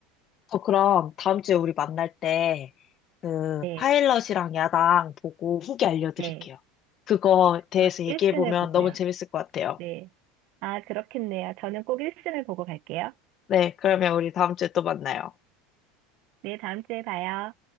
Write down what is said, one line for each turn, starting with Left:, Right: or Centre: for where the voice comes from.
Left: 저 그럼 다음 주에 우리 만날 때 그
Right: 네,
Left: 파일럿이랑 야당 보고 후기 알려드릴게요.
Right: 네.
Left: 그거 대해서
Right: 저는
Left: 얘기해보면
Right: 1승을 보고요.
Left: 너무 재밌을 것 같아요.
Right: 네. 아, 그렇겠네요. 저는 꼭 1승을 보고 갈게요.
Left: 네, 그러면 우리 다음 주에 또 만나요.
Right: 네, 다음 주에 봐요.